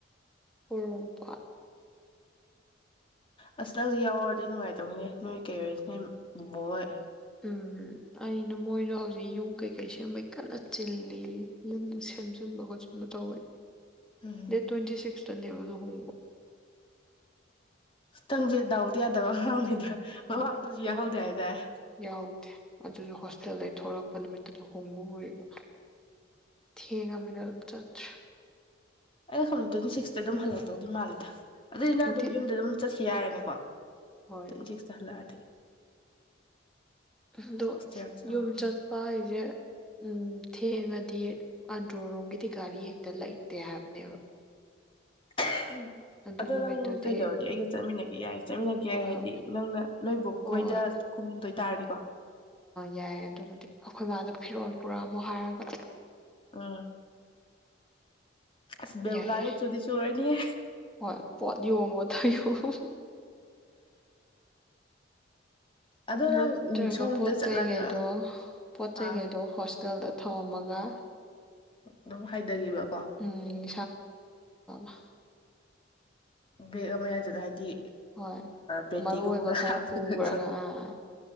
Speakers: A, in the centre; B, on the left.
A: ꯄꯣꯔꯣꯝꯄꯥꯠ꯫
B: ꯑꯁ ꯅꯪꯁꯨ ꯌꯥꯎꯔꯗꯤ ꯅꯨꯡꯉꯥꯏꯇꯧꯅꯤꯅꯦꯦꯅꯣꯏ ꯀꯩ ꯑꯣꯏꯔꯤꯁꯤꯅꯦ ꯕꯣꯏ꯫
A: ꯎꯝ ꯑꯩꯅ ꯃꯣꯏꯗ ꯍꯧꯖꯤꯛ ꯌꯨꯝ ꯀꯩꯀꯩ ꯁꯦꯝꯕꯩ ꯀꯟꯅ ꯆꯤꯜꯂꯤ ꯌꯨꯝ ꯁꯦꯝꯖꯤꯟꯕ ꯈꯣꯆꯤꯟꯕ ꯇꯧꯋꯦ꯫
B: ꯎꯝ
A: ꯗꯦꯠ ꯇ꯭ꯋꯦꯟꯇꯤ ꯁꯤꯛꯁ ꯇꯅꯦꯕ ꯂꯨꯍꯣꯡꯕ꯫
B: ꯇꯝꯁꯦ ꯗꯥꯎꯗꯤ ꯌꯥꯗꯕ <unintelligible> ꯃꯃꯥꯡꯗꯁꯨ
A: ꯍꯣꯏ
B: ꯌꯥꯎꯍꯧꯗꯦ ꯍꯥꯏꯗꯥꯏ
A: ꯌꯥꯎꯗꯦ ꯑꯗꯨꯁꯨ ꯍꯣꯁꯇꯦꯜ ꯂꯩ꯫ ꯊꯣꯂꯛꯄ ꯅꯨꯃꯤꯠꯇꯨ ꯂꯨꯍꯣꯡꯕ ꯑꯣꯏꯔꯤ ꯊꯦꯡꯉꯃꯤꯅ ꯑꯗꯨꯝ ꯆꯠꯇ꯭ꯔꯦ꯫
B: ꯑꯩ ꯈꯪꯗ ꯇ꯭ꯋꯦꯟꯇꯤ ꯁꯤꯛꯁꯇ ꯑꯗꯨꯝ ꯍꯜꯂꯛꯇꯧꯗꯤ ꯃꯥꯜꯂꯤꯗ꯫ ꯑꯗꯨꯏꯗꯨꯅ
A: ꯇ꯭ꯋꯦꯟꯇꯤ
B: ꯑꯗꯨꯝ ꯌꯨꯝꯗ ꯑꯗꯨꯝ ꯆꯠꯁꯤ ꯌꯥꯏꯔꯅꯦꯀꯣ꯫
A: ꯍꯣꯏ
B: ꯇꯋꯦꯟ ꯇꯤꯁꯤꯛꯁ ꯇꯥ ꯍꯥꯂꯛ
A: ꯑꯗꯣ
B: ꯍꯣꯁꯇꯦꯜ ꯆꯪꯉꯝꯃꯒ
A: ꯌꯨꯝ ꯆꯠꯄ ꯍꯥꯏꯁꯦ ꯎꯝ ꯊꯦꯡꯉꯗꯤ ꯑꯟꯗ꯭ꯔꯣꯔꯣꯝꯒꯤꯗꯤ ꯒꯥꯔꯤ ꯍꯦꯛꯇ ꯂꯩꯇꯦ ꯍꯥꯏꯕꯅꯦꯕ꯫
B: <unintelligible>
A: ꯑꯗꯨ
B: ꯑꯗꯣ
A: ꯅꯨꯃꯤꯠꯇꯨꯗꯤ
B: ꯅꯪ ꯀꯩꯗꯕꯗꯤ ꯑꯩꯒ ꯆꯃꯤꯅ <inaudible> ꯆꯠꯃꯤꯟꯅꯒꯦ
A: ꯍꯣꯏ
B: ꯍꯥꯏꯗꯤ
A: ꯍꯣꯏ
B: ꯅꯪꯅ ꯅꯣꯏꯕꯨ
A: ꯍꯣꯏ
B: ꯀꯣꯏꯗ ꯀꯨꯝꯗꯣꯏꯇꯥꯥꯔꯗꯤꯀꯣ
A: ꯌꯥꯏ ꯑꯗꯨꯕꯨꯗꯤ ꯑꯩꯈꯣꯏ ꯃꯥꯗ ꯐꯤꯔꯣꯝ ꯄꯨꯔꯛꯑꯝꯃꯨ ꯍꯥꯏꯔꯒ
B: ꯑ ꯑꯁ ꯕꯦꯕꯨꯂꯥꯗꯤ
A: ꯌꯥꯏꯌꯦ
B: ꯆꯨꯗꯤ ꯆꯨꯔꯅꯤꯍꯦ
A: ꯍꯣꯏ ꯄꯣꯠ ꯌꯣꯝꯃꯣꯗꯣ ꯌꯣꯝꯃꯣ
B: ꯑꯗꯣ
A: ꯅꯠꯇ꯭ꯔꯒ
B: ꯅꯪ ꯁꯣꯝꯗ
A: ꯄꯣꯠ
B: ꯆꯠꯂꯒ
A: ꯆꯩꯩꯈꯩꯗꯣ ꯄꯣꯠ
B: ꯑꯥ
A: ꯆꯩꯩꯈꯩꯗꯣ ꯍꯣꯁ ꯍꯣꯇꯦꯜꯗ ꯊꯧꯑꯝꯃꯒ
B: ꯑꯗꯨꯝ ꯍꯥꯏꯗꯒꯤꯕ
A: ꯎꯝ꯫ <unintelligible>
B: ꯕꯦꯒ ꯑꯃꯥ ꯌꯟꯖꯤꯜꯂꯥ ꯍꯥꯏꯗꯤ
A: ꯍꯣꯏ
B: ꯄꯦꯟꯇꯤꯒꯨꯝꯕꯒ
A: ꯃꯔꯨ ꯑꯣꯏꯕ ꯈꯔ
B: ꯍꯥꯞꯄꯒꯀꯣ
A: ꯄꯨꯕ꯭ꯔꯒ ꯑꯥ